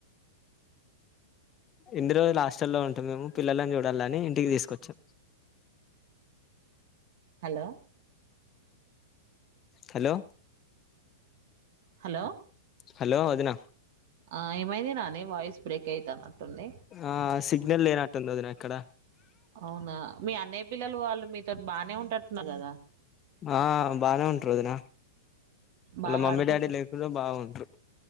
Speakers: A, on the left; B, on the right.
A: ఇన్ని రోజులు హాస్టల్లో ఉంటాం మేము పిల్లలని చూడాలిని ఇంటికి తీసుకొచ్చాం
B: హలో
A: హలో
B: హలో
A: హలో వదిన
B: ఆ ఏమైంది నాని వాయిస్ బ్రేక్ అయిత న్నట్టుంది
A: ఆ సిగ్నల్ లేనట్టుంది వదిన ఇక్కడ
B: అవునా మీ అన్నయ పిల్లలు వాళ్ళు మీతో టి బానే ఉంటనట్టురు కదా
A: ఆ బాగానే ఉంటారు వదిన
B: బాగా
A: అళ్లా మమ్మీ
B: ఆడుకుంటు
A: డాడీ లేకున్నా బాగుంటారు